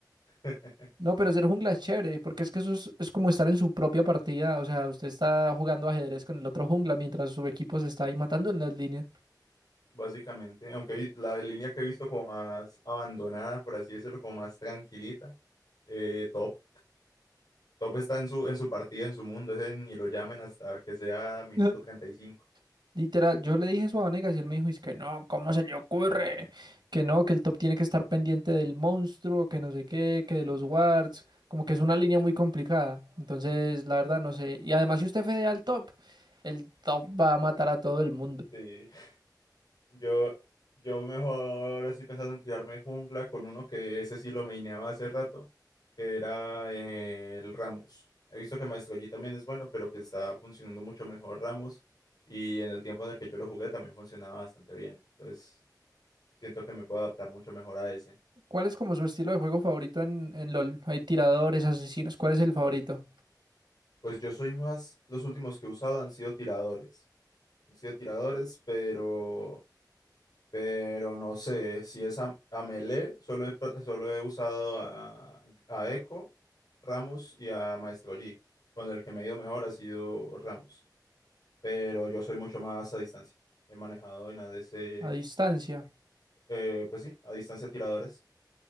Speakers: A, on the left; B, on the right.
A: <laughs>
B: No, pero ser jungla es chévere, porque es que eso es, es como estar en su propia partida. O sea, usted está jugando ajedrez con el otro jungla mientras su equipo se está ahí matando en las líneas.
A: básicamente. Aunque la línea que he visto como más abandonada, por así decirlo, como más tranquilita, eh, top. Top está en su, en su partida, en su mundo, ese ni lo llamen hasta que sea minuto
B: <laughs>
A: 35.
B: Literal, yo le dije eso a Vanegas y él me dijo, es que no, ¿cómo se le ocurre? Que no, que el top tiene que estar pendiente del monstruo, que no sé qué, que de los wards, como que es una línea muy complicada. Entonces, la verdad, no sé. Y además, si usted fedea al top, el top va a matar a todo el mundo.
A: Sí. Yo, yo mejor estoy pensando en tirarme jungla con uno que ese sí lo maineaba hace rato, que era eh, el Ramus. He visto que Maestro Yi también es bueno, pero que está funcionando mucho mejor Ramus. Y en el tiempo en el que yo lo jugué también funcionaba bastante bien. Entonces, siento que me puedo adaptar mucho mejor a ese.
B: ¿Cuál es como su estilo de juego favorito en, en LOL? Hay tiradores, asesinos, ¿cuál es el favorito?
A: Pues yo soy más, los últimos que he usado han sido tiradores. Han sido tiradores, pero Pero no sé si es a, a Melee, solo he, pra- solo he usado a, a Echo, Ramos y a Maestro Yi. Con el que me ha ido mejor ha sido Ramos. Pero yo soy mucho más a distancia. He manejado en A ADC,
B: A distancia.
A: eh, pues sí, a distancia tiradores.